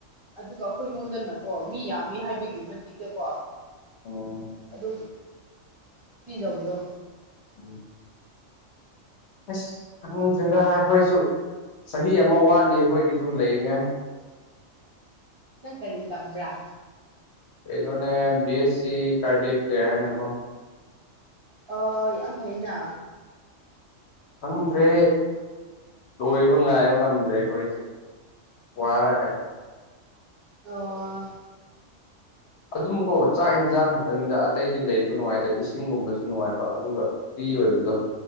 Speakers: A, on the right; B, on the left.
A: ꯑꯗꯨꯒ ꯑꯈꯣꯏ ꯑꯩꯉꯣꯟꯗꯅꯀꯣ ꯃꯤ ꯌꯥꯝꯃꯤ ꯍꯥꯏꯕꯒꯤ ꯃꯇꯤꯛꯇ ꯀꯣ
B: ꯎꯝ
A: ꯑꯗꯨ ꯄꯤꯖꯕꯗꯣ
B: ꯎꯝ ꯑꯁ ꯈꯪꯗ꯭ꯔꯦꯗ ꯑꯈꯣꯏꯁꯨ ꯆꯍꯤ ꯑꯃ ꯋꯥꯠꯂꯤ ꯑꯩꯈꯣꯏꯒꯤꯁꯨ ꯂꯩꯌꯦ
A: ꯅꯪ ꯀꯔꯤ ꯇꯝꯕ꯭ꯔꯥ
B: ꯀꯩꯅꯣꯅꯦ ꯕꯤ ꯑꯦꯁ ꯁꯤ ꯀꯥꯔꯗ ꯀꯌꯥꯔ ꯍꯥꯏꯅꯀꯣ
A: ꯑꯣ ꯌꯥꯝ ꯐꯩꯅ
B: ꯈꯪꯗ꯭ꯔꯦ ꯂꯣꯏꯕ ꯉꯥꯏꯕ ꯉꯝꯗ꯭ꯔꯦ ꯑꯩꯈꯣꯏꯁꯦ ꯋꯥꯔꯦ
A: ꯑꯣ
B: ꯑꯗꯨꯝꯀꯣ ꯆꯥꯛ ꯑꯦꯟꯖꯥꯡ ꯈꯛꯇꯅꯤꯗ ꯑꯇꯩꯗꯤ ꯂꯩꯕ ꯅꯨꯡꯉꯥꯏꯗ ꯏꯁꯤꯡꯒꯨꯝꯕꯁꯨ ꯅꯨꯡꯉꯥꯏꯕ ꯑꯗꯨꯒ ꯐ꯭ꯔꯤ ꯑꯣꯏꯕꯗꯣ